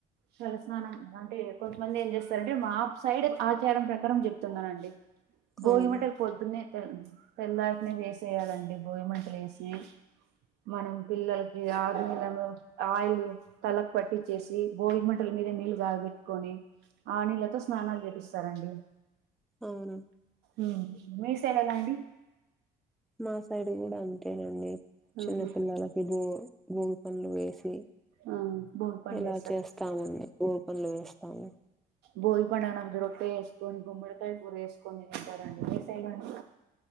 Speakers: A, on the right; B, in the centre.
A: తలస్నానం అంటే కొంతమంది ఏం చేస్తారంటే మా సైడ్ ఆచారం ప్రకారం చెప్తున్నానండి భోగి
B: అవును
A: మంటలు పొద్దున్నే తెల్లటినే వేసేయాలండి భోగి మంటలు వేసి మనం పిల్లలకి ఆరు నలను ఆయిల్ తలలకు పట్టిచ్చేసి భోగి మంటలు మీద నీళ్ళు గబెట్టుకొని ఆ నీళ్ళతో స్నానాలు చేపిస్తారండి.
B: అవును
A: ఉమ్ మీసైడ్ ఎలా అండి
B: మా సైడ్ కూడా అంతేనండి
A: ఆహా
B: చిన్న పిల్లలకి భో భోగి పండ్లు వేసి
A: ఆ భోగి పనులు
B: ఇలా
A: చేస్తారు
B: చేస్తామండి ఊబులు పనులు వేస్తాము
A: భోగి పండుగనాడు రొట్టె ఏసుకొని గుమ్మడికాయ కూర ఏసుకొని తింటారండి మీ సైడ్ అండి